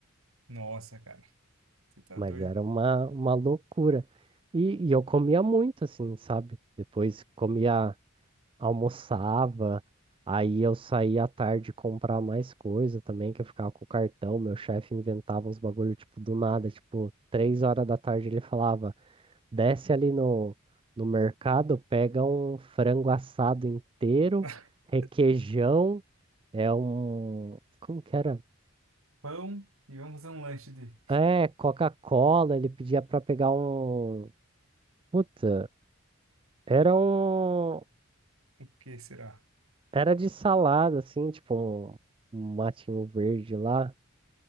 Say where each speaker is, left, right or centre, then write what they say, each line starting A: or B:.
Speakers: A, on the right; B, on the right.
A: Nossa, cara. Você tá
B: Mas
A: doido.
B: era uma, uma loucura. E, e eu comia muito, assim, sabe? Depois comia, almoçava, aí eu saía à tarde comprar mais coisa também, que eu ficava com o cartão. Meu chefe inventava uns bagulho, tipo, do nada. Tipo, três horas da tarde ele falava: desce ali no, no mercado, pega um frango assado inteiro,
A: <laughs>
B: requeijão, é um. Como que era?
A: Pão e vamos fazer um lanche de...
B: É, Coca-Cola, ele pedia pra pegar um. Puta. Era um.
A: O que será?
B: Era de salada, assim, tipo um, um matinho verde lá.